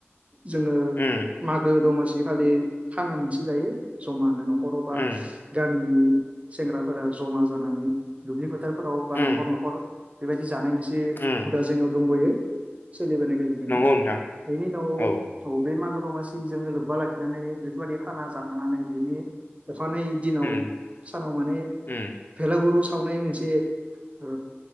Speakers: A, on the right; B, on the left.
A: जोङो
B: उम
A: मागो दमासि खालि खाना मोनसे जायो जमानो न' बर' बा
B: उम
A: गामिनि सेंग्राफोरा जमा जानानै दुब्लि बारि फारफोराव बा
B: उम
A: न'खर न'खर बेबायदि जानाय मोन जे
B: उम
A: हुदा जोंनाव दंबावयो सोलिबोन गोजोबनो
B: नंगौ नोंथां
A: बेनि उनाव
B: औ
A: बे मागो दमासि जोंनो लोब्बा लाखिनानै बेफोरबायदि खाना जाखांनानै बेनि अखानायै दिनाव
B: उम
A: सानाव माने
B: उम
A: बेलागुरु सावनाय मोनसे ओ